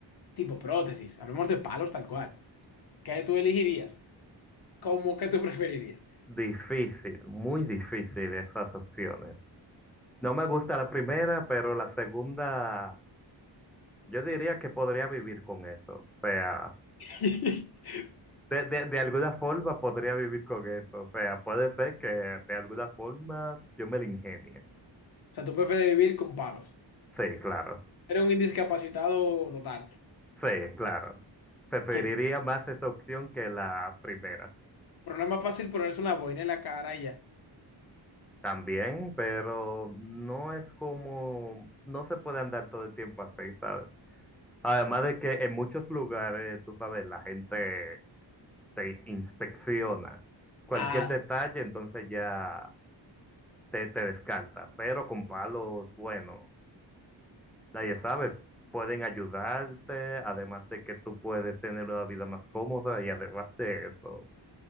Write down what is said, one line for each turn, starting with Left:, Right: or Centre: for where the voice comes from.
Left: tipo prótesis. Hablamos de palos tal cual. ¿Qué tú elegirías? ¿Cómo que tú preferirías?
Centre: Difícil, muy difícil esas opciones. No me gusta la primera, pero la segunda, yo diría que podría vivir con eso. O sea,
Left: <laughs>
Centre: de, de, de alguna forma podría vivir con eso. O sea, puede ser que de alguna forma yo me la ingenie.
Left: O sea, tú prefieres vivir con palos.
Centre: Sí, claro.
Left: Eres un indiscapacitado total.
Centre: Sí, claro. Preferiría
Left: Que,
Centre: más esa opción que la primera.
Left: pero no es más fácil ponerse una boina en la cara y ya.
Centre: También, pero no es como, no se puede andar todo el tiempo así, ¿sabes? Además de que en muchos lugares, tú sabes, la gente te inspecciona. Cualquier
Left: Ah,
Centre: detalle, entonces ya te, te descarta. Pero con palos, bueno, nadie sabe. Pueden ayudarte, además de que tú puedes tener una vida más cómoda y además de eso,